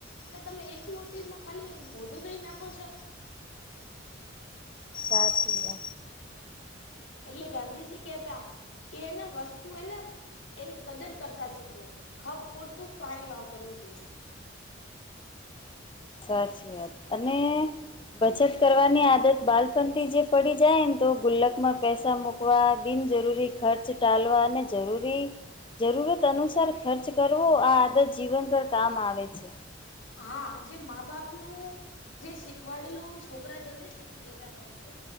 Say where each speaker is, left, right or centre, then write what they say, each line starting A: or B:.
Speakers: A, on the left; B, on the left.
A: અને તમે એક લોટીમાં ખાલી મોઢું ધોઈ નાખો છો
B: સારચીએ
A: એટલે ગાંધીજી કેતા એને વસ્તુ એને એની કદર કરતા શીખો ખપ પૂરતું પાણી વાપરવું જોઈએ
B: સાચી વાત અને બચત કરવાની આદત બાલપણ થી જે પડી જાય ને તો ગુલ્લકમાં પૈસા મુકવા બિનજરૂરી ખર્ચ ટાલવા અને જરૂરી જરૂરત અનુસાર ખર્ચ કરવો આ આદત જીવન પર કામ આવે છે
A: હા જે મા બાપ નું જે શીખવાડેલું છોકરા જલ્દી શીખી જતા હોય છે